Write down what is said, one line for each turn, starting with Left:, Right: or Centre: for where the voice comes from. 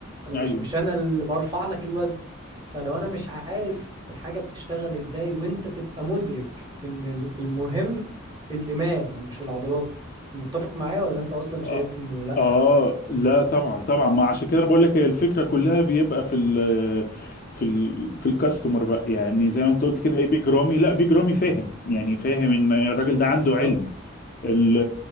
Right: أنا
Left: ايوه
Right: مش مش أنا اللي برفع لك الوزن فلو أنا مش عارف الحاجة بتشتغل إزاي وأنت تبقى مدرك إن ال- المهم الدماغ مش العضلات متفق معايا ولا أنت أصلا
Left: آه,
Right: شايف إنه لأ؟
Left: آه لا طبعا طبعا ما عشان كده انا بقول لك هي الفكره كلها بيبقى في ال في ال في الكاستمر بقى يعني زي ما انت قلت كده ايه بيج رامي لا بيج رامي فاهم يعني فاهم ان الراجل ده عنده
Right: بالظبط
Left: علم ال